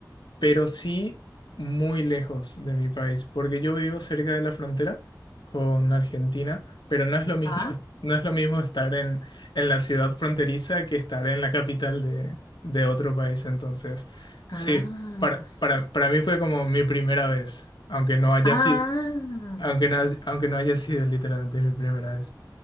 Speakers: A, on the left (about 85°); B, on the left (about 65°).
A: pero sí muy lejos de mi país, porque yo vivo cerca de la frontera con Argentina, pero no es lo mismo,
B: Ah,
A: no es lo mismo estar en, en la ciudad fronteriza que estar en la capital de, de otro país. Entonces,
B: ah,
A: sí, para, para, para mí fue como mi primera vez, aunque no haya
B: ah.
A: sido, aunque no, aunque no haya sido literalmente mi primera vez.